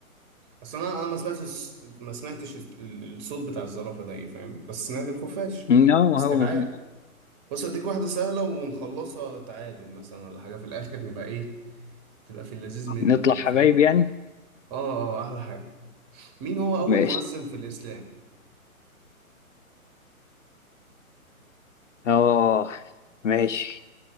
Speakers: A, on the right (about 30°); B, on the left (about 55°).
A: اصل انا انا ما سمعتش الس- ما سمعتش ال- الصوت بتاع الزرافة ده ايه فاهم بس سمعت الخفاش
B: لا ما
A: استبعاد
B: هو ما فيه
A: بص اديك واحدة سهلة ونخلصها تعادل مثلا ولا حاجة في الاخر نبقى ايه تبقى في اللذيذ منه
B: نطلع
A: كده
B: حبايب
A: فاهم
B: يعني
A: اه اه آه، احلى حاجة مين هو اول
B: ماشي
A: مؤذن في الاسلام
B: اه ماشي